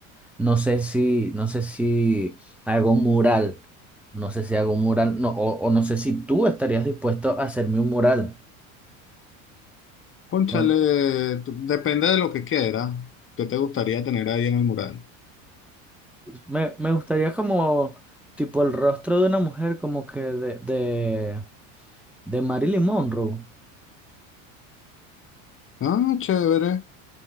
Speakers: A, in the centre; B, on the left.
A: No sé si, no sé si hago un mural. No sé si hago un mural, no, o, o no sé si tú estarías dispuesto a hacerme un mural.
B: Cónchale,
A: ¿no?
B: t- depende de lo que quieras, que te gustaría tener ahí en el mural.
A: Me, me gustaría como tipo el rostro de una mujer como que de, de, de Marilyn Monroe.
B: Ah, chévere.